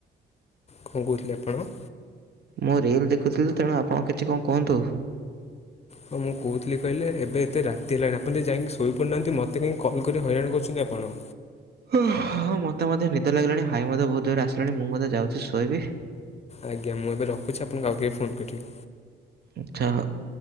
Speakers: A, on the left; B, on the right.
A: କଣ କହୁଥିଲେ ଆପଣ?
B: ମୁଁ ରିଲ ଦେଖୁଥିଲି ତେଣୁ ଆପଣ କିଛି କଣ କୁହନ୍ତୁ?
A: ହଁ ମୁଁ କହୁଥିଲି କହିଲେ ଏବେ ଏତେ ରାତି ହେଲାଣି ଆପଣ ଟିକେ ଯାଇକି ଶୋଇପଡୁନାହାଁନ୍ତି ମୋତେ କାଇଁ କଲ୍ କରି ହଇରାଣ କରୁଛନ୍ତି ଆପଣ?
B: ଅ ହ ମୋତେ ମଧ୍ୟ ନିଦ ଲାଗିଲାଣି ହାଇ ମଧ୍ଯ ବହୁତ ଜୋରେ ଆସିଲାଣି ମୁଁ ମଧ୍ୟ ଯାଉଚି ଶୋଇବି।
A: ଆଜ୍ଞା ମୁଁ ଏବେ ରଖୁଚି ଆପଣଙ୍କୁ ଆଉ କେବେ ଫୋନ କରିବି।
B: ଆଚ୍ଛା ହ